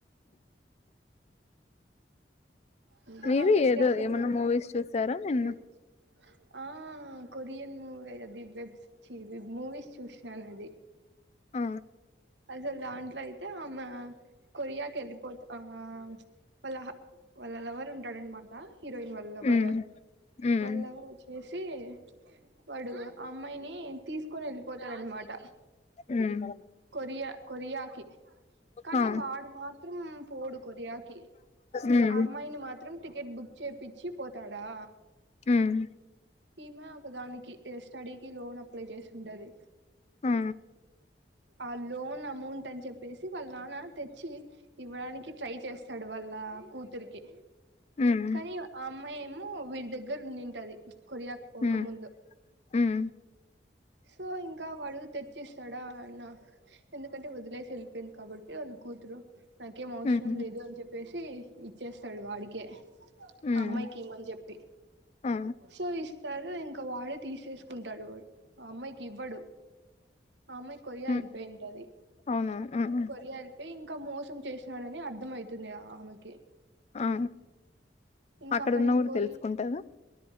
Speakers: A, on the right; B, on the left.
A: అంటే
B: మీవి
A: మాకైతే
B: ఏదో
A: అసలు
B: ఏమన్నా మూవీస్ చూసారా నిన్న
A: వెజ్ ఆ కొరియన్ మూవేగ ది వెబ్స్ ఛీ వెబ్ మూవీస్ చూసినాను అది
B: ఆ
A: అసలు దాంట్లో అయితే ఆమె కొరియాకి వెళ్ళిపోత ఆ ప్చ్ వాళహా వాళ్ళ లవర్ ఉంటాడనమాట. హీరోయిన్ వాళ్ లవర
B: ఉమ్ ఉమ్
A: వాళ్ళవరచ్చేస్ చ్చి వాడు ఆ అమ్మాయిని తీసు కొని వెళ్ళిపోతాడనమాట
B: ఉమ్
A: కొరియా కొరియాకి కానీ
B: ఆ
A: వాడు మాత్రం పోడు కొరియాకి,
B: ఉమ్
A: ఆ అమ్మాయిని మాత్రం టికెట్, బుక్ చేపిచ్చి పోతాడా
B: మ్మ్
A: ఈమె ఒక దానికి ఎ స్టడీకి లోన్ అప్లై చేసి ఉంటది
B: ఆ
A: ఆ లోన్ అమౌంట్ అని చెప్పేసి వాళ్ళ నాన్న తెచ్చి ఇవ్వడానికి ట్రై చేస్తాడు వాళ్ళ కూతురికి.
B: ఉమ్
A: కానీ ఆ అమ్మాయ్ ఏమో వీని దగ్గర ఉండింటాది కొరియాకి పోకముందు
B: ఉమ్ ఉమ్
A: సో ఇంకా వాడు తెచ్చిస్తాడా అన్నా ఎందుకంటే వదిలేసి వెల్పేయింది కాబట్టి వాళ్ళు కూతురు నాకేం అవసరం
B: హ్మ్.
A: లేదు అని చెప్పేసి ఇచ్చేస్తాడు వాడికే
B: హ్మ్.
A: అమ్మాయికి ఇమ్మని చెప్పి
B: ఆ!
A: సో ఇస్ స్తారు ఇంకా వాడే తీసేసుకుంటాడు వాడు ఆ అమ్మాయికి ఇవ్వడు ఆమ్మాయ్ కొరియా
B: హ్మ్.
A: వెల్ప్ పేంటది
B: అవునవును. హ్మ్. హ్మ్.
A: కొరియా వెల్పేయ్ ఇంకా మోసం చేసినాడని అర్ధం అయితుంది ఆమెకి
B: ఆ
A: ఇంకా
B: అక్కడ
A: అక్కడికి
B: ఉన్న కూడా
A: పోయి
B: తెలుసుకుంటాదా